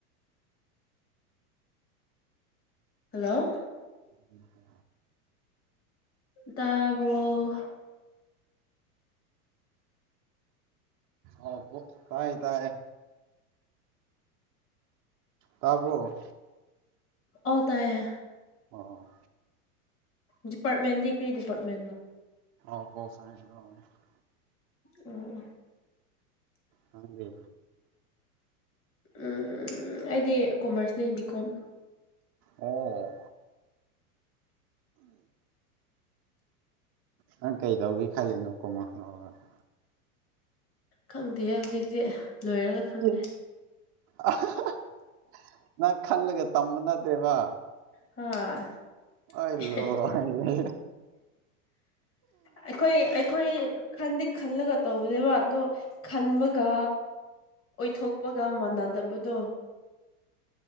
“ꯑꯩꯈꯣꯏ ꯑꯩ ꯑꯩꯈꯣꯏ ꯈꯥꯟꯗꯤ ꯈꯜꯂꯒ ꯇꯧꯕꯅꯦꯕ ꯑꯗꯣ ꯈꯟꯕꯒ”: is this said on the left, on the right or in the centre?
Left